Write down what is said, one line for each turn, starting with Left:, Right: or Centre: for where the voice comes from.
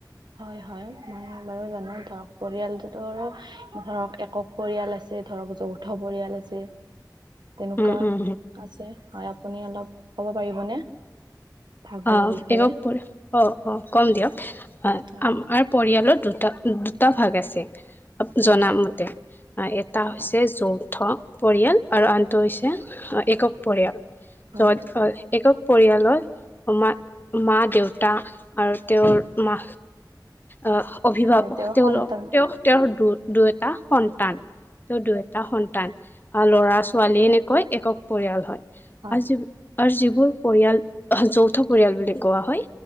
Right: হয় হয়, মই বাৰু জানো ধৰক পৰিয়ালটোতো ধৰক, একক পৰিয়াল আছে, ধৰক যৌথ পৰিয়াল আছে। তেনেকুৱা
Left: উম উম
Right: আছে, হয় আপুনি অলপ ক'ব পাৰিবনে? ভাগবোৰৰ
Left: অ',
Right: বিষয়ে
Left: একক
Right: হয়,
Left: <unintelligible> অ', অ', কম দিয়ক অ',
Right: হয়,
Left: আমাৰ পৰিয়ালত দুটা-দুটা ভাগ আছে।
Right: হয়,
Left: জনামতে এটা হৈছে
Right: হয়।
Left: যৌথ পৰিয়াল আৰু আনটো হৈছে একক পৰিয়াল।
Right: হয়
Left: য'ত গৈ একক পৰিয়ালৰ মা মা দেউতা আৰু তেওঁৰ মা অ' অভিভাৱক
Right: হয় তেওঁৰ
Left: তেওঁলোক
Right: সন্তান
Left: তেওঁ তেওঁৰ দু দুইটা সন্তান। তেওঁ দুই এটা সন্তান আহ ল'ৰা
Right: হয়
Left: ছোৱালী এনেকৈ একক। পৰিয়াল হয় আ
Right: হয়
Left: যি আৰু যিবোৰ পৰিয়াল যৌথ পৰিয়াল বুলি কোৱা হয়।